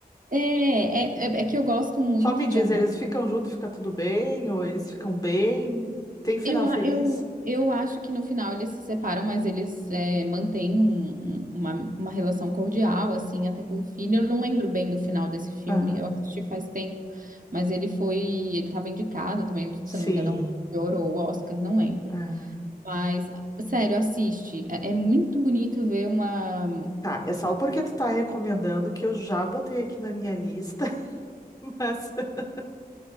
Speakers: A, on the right; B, on the left.
A: É, é, é é que eu gosto muito
B: Só me
A: de
B: diz, eles ficam juntos, fica tudo bem? Ou eles ficam bem? Tem final
A: Eu, a-
B: feliz?
A: eu, eu acho que no final eles se separam, mas eles é, mantêm um- um- uma, uma relação cordial, assim, até pelo filho. Eu não lembro bem do final desse filme,
B: Aham,
A: eu assisti faz tempo, mas ele foi, ele estava indicado também,
B: sim.
A: se eu não me engano, a um Globo de Ouro ou Oscar, não lembro.
B: Aham.
A: Mas, sério, assiste. É, é muito bonito ver uma.
B: Tá, é só porque tu tá recomendando que eu já botei aqui na minha lista. Mas <laughs>